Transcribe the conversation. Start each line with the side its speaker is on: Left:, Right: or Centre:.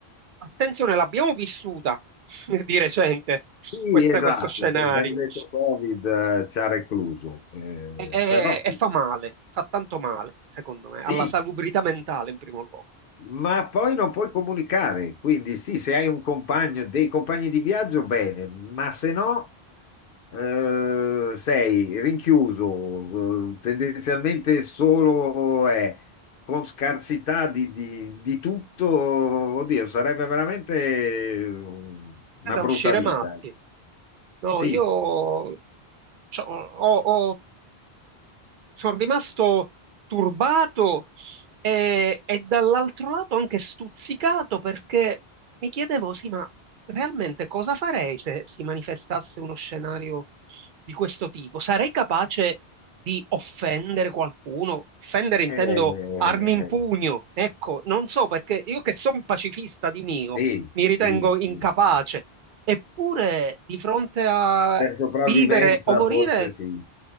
Right: Attenzione, l'abbiamo vissuta <laughs> di recente,
Left: Sì,
Right: questa-
Left: esatto,
Right: questo scenario,
Left: col benedetto Covid eh, ci ha recluso. Eh,
Right: e e-
Left: però
Right: e fa male, fa tanto male, secondo me,
Left: sì,
Right: alla salubrità mentale in primo luogo.
Left: Ma poi non puoi comunicare, quindi sì, se hai un compagno, dei compagni di viaggio, bene, ma se no eh, sei rinchiuso, eh, tendenzialmente solo è con scarsità di, di- di tutto, oddio, sarebbe veramente
Right: è
Left: una
Right: da
Left: brutta
Right: uscire
Left: vita.
Right: matti. No,
Left: Sì,
Right: io c'ho- ho, ho sono rimasto turbato e, e dall'altro lato anche stuzzicato perché mi chiedevo, sì, ma realmente cosa farei se si manifestasse uno scenario di questo tipo? Sarei capace di offendere qualcuno? Offendere intendo
Left: eh,
Right: armi in pugno, ecco, non so perché io che sono pacifista di mio,
Left: sì,
Right: mi ritengo
Left: sì,
Right: incapace.
Left: sì. sì.
Right: Eppure, di fronte a
Left: Per sopravvivenza
Right: vivere o morire,
Left: forse sì.